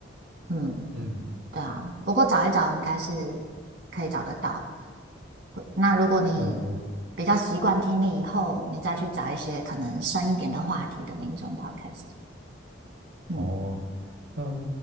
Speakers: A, on the right (about 60°); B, on the right (about 80°).
A: 嗯，
B: 嗯，
A: 对啊，不过找一找应该是可以找得到。不那如果你
B: 对我
A: 比较习惯听力以后，你再去找一些可能深一点的话题的那一种 podcast。嗯
B: 哦，那